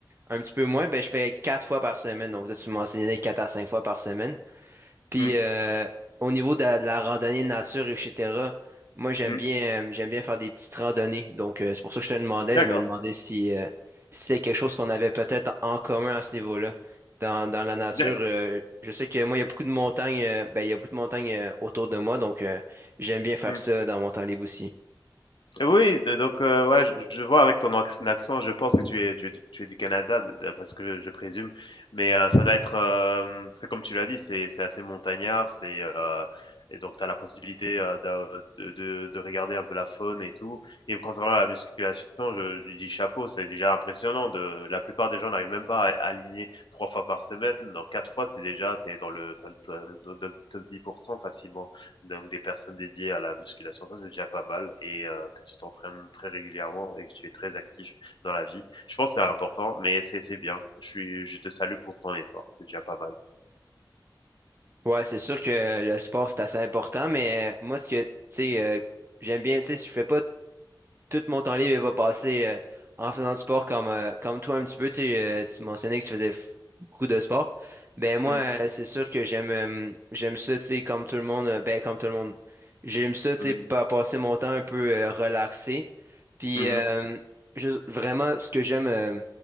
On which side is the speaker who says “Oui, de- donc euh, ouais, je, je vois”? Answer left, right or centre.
Left